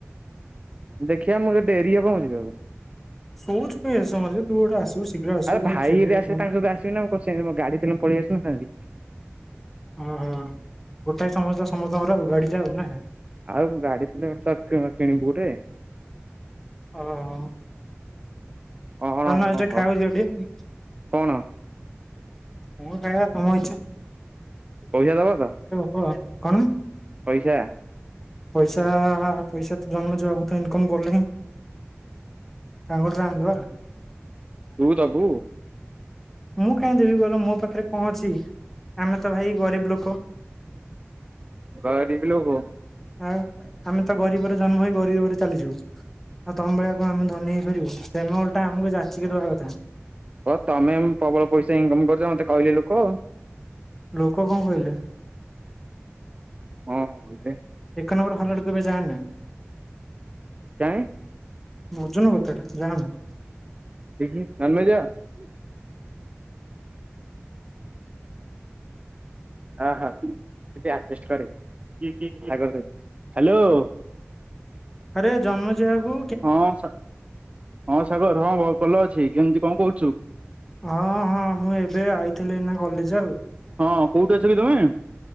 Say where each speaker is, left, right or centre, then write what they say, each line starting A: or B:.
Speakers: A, on the right; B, in the centre.
A: ଦେଖିଆ ମୁଁ ତ ଡେରି ହବ ମୁଁ ଯିବାକୁ
B: ସୁଚୁ କଣ ଏତେ ସାମ ଯେ ତୁ ଗୋଟେ ଆଶିବୁ ଶୀଘ୍ର ଆଶିବୁ
A: ଆରେ
B: ଗୋଟେ
A: ଭାଇ
B: ଖେଳିଆ କଣ
A: <unintelligible> କଣ ସେମିତି ମୋର ଗଡି ଥିଲେ ମୁଁ ପଳେଇ ଆସି ନଥାନ୍ତି।
B: ଓହୋ ଗୋଟାଏ ସମସ୍ତ ସମସ୍ତଙ୍କର ଆଉ ଗାଡିଟା ଆଉ ନା?
A: ଆଉ ଗାଡି ଥିଲେ <unintelligible> କିଣିବୁ ଗୋଟେ।
B: ଅ ହଁ।
A: କଣ
B: ଚାଲୁନୁ
A: ହଁ
B: ଆଜି ଟିକେ
A: ହଁ
B: ଖାଇବାକୁ ଯିବା ଟିକେ
A: କଣ
B: କଣ ଖାଇବା ତମ ଇଛା।
A: ପଇସା ଦବ ତ
B: କୁହ କଣ
A: ପଇସା?
B: ପଇସା ପଇସା ତ ଜନ୍ମେଜ ବାବୁ ତ ଇନକମ୍ କରୁନାହିଁ। ସାଙ୍ଗରେ ଯାନ୍ତି ପା।
A: ତୁ ଦବୁ?
B: ମୁଁ କାହିଁ ଦେବି କହିଲ ମୋ ପାଖରେ କଣ ଅଛି ଆମେ ତ ଭାଇ ଗରିବ ଲୋକ।
A: ଗରିବ ଲୋକ?
B: ଆଉ ଆମେ ତ ଗରିବରେ ଜନ୍ମ ହେଇ ଗରିବରେ ଚାଲିଯିବୁ। ଆଉ ତମ ଭଳିଆ କଣ ଆମେ ଧନୀ ହେଇପାରିବୁ ତମେ ଓଲଟା ଆମକୁ ଯାଚିକି ଦେବା କଥା।
A: ହଁ ତମେ ଏନେ ପ୍ରବଳ ପଇସା ଇନକମ୍ମ କରୁଚ ମତେ କହିଲେ ଲୋକ।
B: ଲୋକ କଣ କହିଲେ?
A: ହଁ କହିଲେ।
B: ଏକ ନମ୍ବର ଭଲ <unintelligible> କେବେ ଯାଏନ।
A: କାଇଁ।
B: ବୁଝୁନ କଥାଟା ନାହାନ୍ତି।
A: <unintelligible> ହ ହ ଟିକେ ଅଚେଷ୍ଟ କରେ ହ୍ୟାଲୋ।
B: ଆରେ ଜନ୍ମ ଯାହାକୁ।
A: ହଁ ହଁ ସାଗର ହଁ ଭଲ ଅଛି କେମିତି କଣ କରଛୁ?
B: ହଁ ହଁ ମୁଁ ଏବେ ଆଇଥିଲି ନା କଲେଜ ଆଉ।
A: ହଁ କୋଉଠି ଅଛ କି ତମେ।